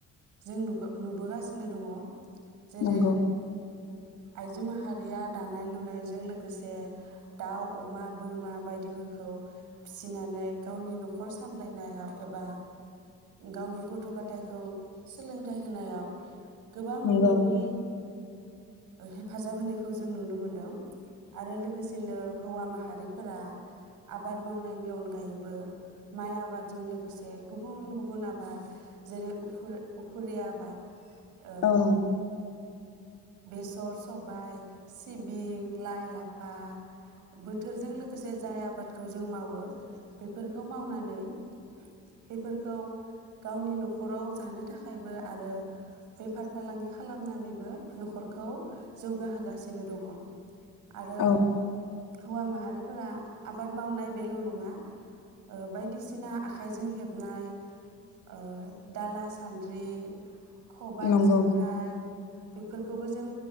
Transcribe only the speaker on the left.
नंगौ
नंगौ
औ नंगौ
औ नंगौ
नंगौ